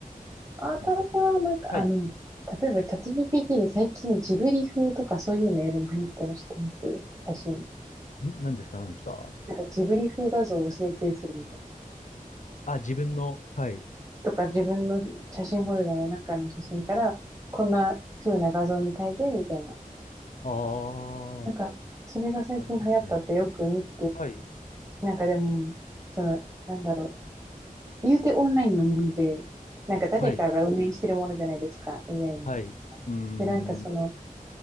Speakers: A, on the left; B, on the right.
A: ちょっとなんか、
B: 私はなんか、
A: あはい。
B: あの、
A: ん
B: 例えばチャット GPT で最近ジブリ風とかそういうメールも流行ってるの知ってます写真。
A: 何ですか何ですか
B: なんかジブリ風画像を生成するみたい。
A: あ、自分の、はい。
B: とか自分の写真フォルダの中の写真からこんな風な画像に変えてみたいな。
A: ああ、
B: なんか、それが最近流行ったってよく見て、
A: ありますね。はい。
B: なんかでも、その、なんだろう。言うてオンラインのもので、なんか誰かが運営してるものじゃないですか、
A: はい。
B: AI に。
A: はい。うーん。
B: で、なんかその、